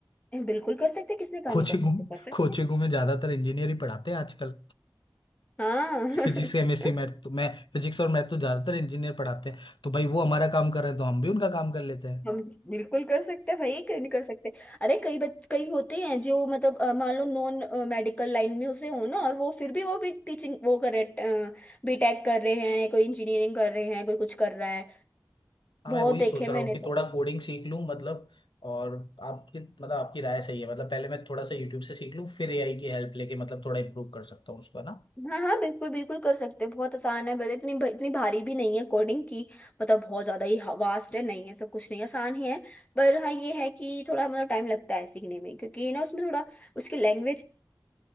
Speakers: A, on the left (about 20°); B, on the left (about 85°).
A: बिल्कुल कर सकते हैं, किसने कहा
B: कोचिंगों
A: नहीं कर सकते कर सकते
B: कोचिंगों
A: हैं।
B: में ज्यादातर इंजीनियर ही पढ़ाते हैं आजकल
A: हाँ <laughs>
B: फिजिक्स केमिस्ट्री मैथ तो मैं फिजिक्स और मैथ तो ज्यादातर इंजीनियर पढ़ाते हैं तो भाई वो हमारा काम कर रहे हैं तो हम भी उनका काम कर लेते हैं।
A: हम बिल्कुल कर सकते हैं भाई क्यों नहीं कर सकते अरे कई बच कई होते हैं जो मतलब अ, मान लो नॉन मेडिकल लाइन में उसे हो ना और वो फिर भी वो भी टीचिंग वो कर रहे बीटेक कर रहे हैं कोई इंजीनियरिंग कर रहे हैं कोई कुछ कर रहा है
B: हाँ
A: बहुत
B: मैं वही
A: देखे
B: सोच
A: मैंने
B: रहा हूँ कि
A: तो
B: थोड़ा कोडिंग सीख लूँ मतलब और आपकी मतलब आपकी राय सही है मतलब पहले मैं थोड़ा सा यूट्यूब से सीख लूँ फिर एआई की हेल्प लेके मतलब थोड़ा इम्प्रूव कर सकता हूँ उसको ना
A: हाँ हाँ बिल्कुल बिल्कुल कर सकते हैं बहुत आसान है बस इतनी इतनी भारी भी नहीं है कोडिंग की मतलब बहुत ज्यादा ही वास्ट है नहीं है सब कुछ नहीं आसान ही है पर हाँ ये है कि थोड़ा मतलब टाइम लगता है सीखने में क्योंकि ना उसमें थोड़ा उसकी लैंग्वेज